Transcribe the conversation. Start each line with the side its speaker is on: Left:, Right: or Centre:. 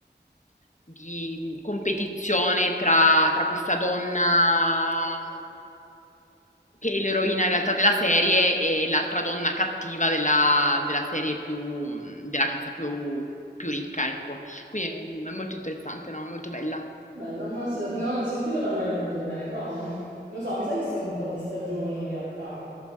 Left: di competizione tra, tra questa donna che è l'eroina in realtà della serie e l'altra donna cattiva della, della serie più, della cazza più, più ricca, ecco. Quindi è molto interessante, no? È molto bella.
Right: Bella, no, sì, lo- ne ho sentito parlare molto bene, però non lo so, mi sa che sono un po' di stagioni in realtà.